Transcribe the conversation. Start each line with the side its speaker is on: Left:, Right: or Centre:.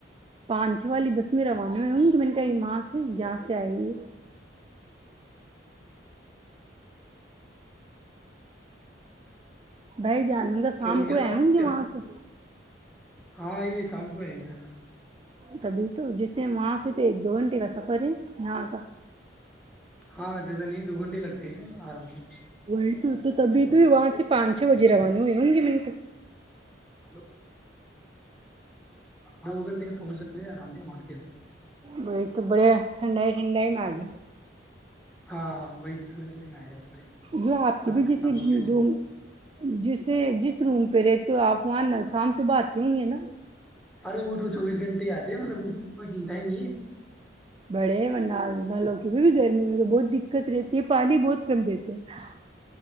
Right: پانچ چھ والی بس میں روانہ ہو ہوں کہ میں نے کہ ماں سے جہاں سے آئی بائی جان انا شام
Centre: کیا ہو گیا
Right: کو آ ہوں گے
Centre: کیا
Right: وہاں سے
Centre: ہاں یہ سام کو ہے نا
Right: تبھی تو جیسے وہاں سے تو ایک دو گھنٹے کا سفر ہے یہاں کا
Centre: ہاں جزا نہیں دو گھٹے لگتے آرام سے
Right: وہی تو تو تبھی تو یہ آار سے پانچ چ بجے رہا ہو ان جو م
Centre: ہوں ہ دو گھنٹے میں پہنچا آرام سے مال کے
Right: ب ایک تو بڑے ھنڈائی ٹھڈائی معگی
Centre: ہاں ہاں وہی تو نہیں آیا بڑے
Right: جو آپ
Centre: سارا
Right: کی بھی جیسے
Centre: کام ہو گیا
Right: دوں جسے جس روم پہ رہتے ہو آپ وہاں شام صبح آتے ہوں گے نا
Centre: ارے وہ تو چوبیس گھنٹے یاد ہے مطلب اس کی کوئی چنتا ہی نہیں ہے
Right: بڑے منا لوگ کیہ بھی گرمی میں تو بہت دقت رہتی ہے پانی بہت کم دیتے ہیں ہاں